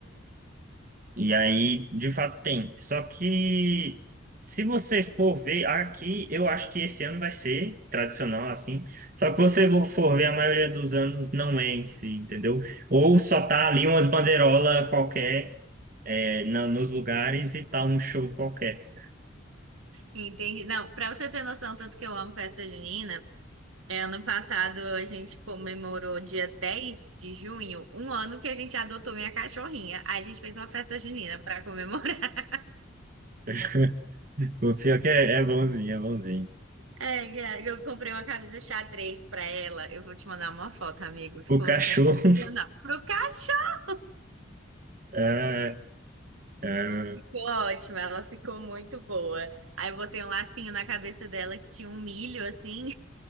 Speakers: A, on the right; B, on the right.
A: E aí, de fato, tem. Só que se você for ver aqui, eu acho que esse ano vai ser tradicional, assim. Só que você vo- for ver, a maioria dos anos não é em si, entendeu? Ou
B: Entendi.
A: só tá ali umas bandeirolas qualquer, é, na- nos lugares e tá um show qualquer.
B: Entendi. Não, pra você ter noção, tanto que eu amo festa junina. É, ano passado a gente comemorou dia 10 de junho, um ano que a gente adotou minha cachorrinha. Aí a gente fez uma festa junina pra comemorar. <laughs>
A: <laughs> O pior que é, é bonzinho, é bonzinho.
B: É, Gá, eu comprei uma camisa xadrez pra ela. Eu vou te mandar uma foto, amigo. Ficou
A: O cachorro.
B: sensacional.
A: <laughs>
B: Pro cachorro.
A: É, é,
B: Ficou ótimo, ela ficou muito boa. Aí eu botei um lacinho na cabeça dela que tinha um milho assim.